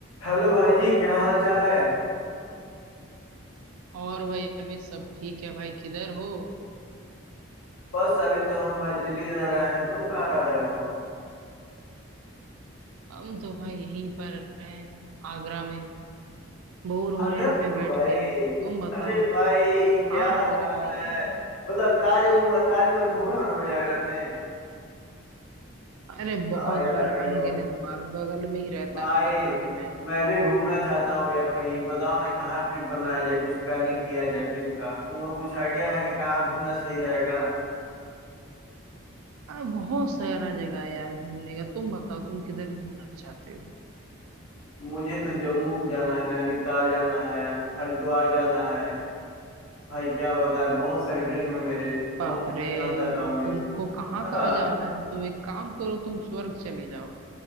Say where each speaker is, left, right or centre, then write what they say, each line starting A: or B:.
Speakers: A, on the left (about 85°); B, on the right (about 80°).
A: Hello भाई जी क्या हाल चाल है
B: और भाई अमित सब ठीक है भाई किधर हो
A: बस अभी तो हम भाई दिल्ली रह रहे हैं तुम कहाँ रह रहे हो
B: हम तो भाई यहीं पर हैं आगरा में बोर हो
A: आगरा
B: रहे हैं यहाँ
A: में
B: पे
A: हो
B: बैठ
A: भाई
B: के तुम बताओ
A: अरे भाई क्या
B: हाँ आगरा
A: बात
B: में ही
A: है
B: है यार
A: मतलब ताज ताजमहल घूमे हो ना भाई आगरा में
B: अरे बहुत
A: आओ यार
B: बार
A: आगरा
B: अनगिनत बार बगल में ही रहता
A: भाई
B: है मेरा ताजमहल
A: मैं भी घूमना चाहता हूँ यार कहीं बताओ ना कहाँ ट्रिप बनाया जाए कुछ प्लानिंग किया जाए ट्रिप का तुमको कुछ आइडिया है कि कहाँ घूमना सही रहेगा
B: अरे बहुत सारा जगह है यार घूमने का तुम बताओ तुम किधर घूमना चाहते हो
A: मुझे तो जम्मू जाना है नैनीताल जाना है हरिद्वार जाना है भाई क्या बताए बहुत सारे ड्रीम है मेरे बहुत
B: बाप
A: जगह
B: रे
A: जाना चाहता हूँ मैं
B: तुमको कहाँ
A: <laughs>
B: कहाँ
A: हाँ,
B: जाना है तुम एक काम करो तुम स्वर्ग चले जाओ